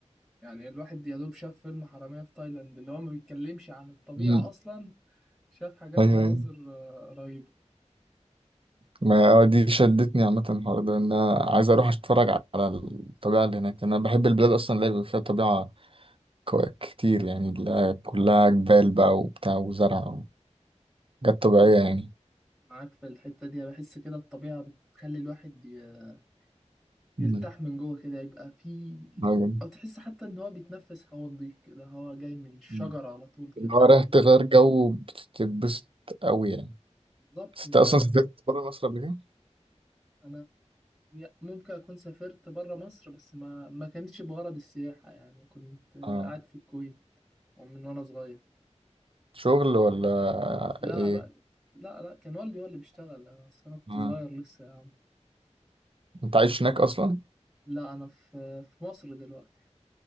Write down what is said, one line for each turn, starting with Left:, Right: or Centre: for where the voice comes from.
Centre: يعني الواحد يا دوب شاف فيلم حرامية في تايلاند اللي هو ما بيتكلمش عن الطبيعة
Right: مم.
Centre: اصلا شاف حاجات
Right: أيوه
Centre: مناظر
Right: أيوه
Centre: آه، رهيبة
Right: ما آه، دي شدتني عامة الحوار ده إن أنا عايز أروح أتفرج على الطبيعة اللي هناك أنا بحب البلاد أصلا اللي بيبقى فيها طبيعة كو- كتير يعني اللي كلها جبال بقى وبتاع وزرع وحاجات
Centre: الصراحة
Right: طبيعية يعني
Centre: معاك في الحتة دي بحس كده الطبيعة بتخلي الواحد ي- يرتاح
Right: مم.
Centre: من جوه كده يبقى في
Right: أيوه
Centre: او تحس حتى ان هو بيتنفس هوا نضيف كده هوا جاي من الشجرة
Right: مم.
Centre: على طول كده
Right: اللي هو رايح
Centre: على طول
Right: تغير جو بتتبسط أوي يعني
Centre: بالظبط
Right: بس أنت
Centre: انت
Right: أصلا سافرت بره مصر قبل كده؟
Centre: انا يا- ممكن أكون سافرت برا مصر بس ما ما كانتش بغرض السياحة يعني كنت قاعد
Right: آه
Centre: في الكويت من وأنا صغير
Right: شغل ولا
Centre: لا
Right: ايه
Centre: لا لا لا كان والدي هو اللي بيشتغل أنا- بس أنا كنت
Right: مم.
Centre: صغير لسه يا عم
Right: انت عايش هناك اصلا
Centre: لا أنا في في مصر دلوقتي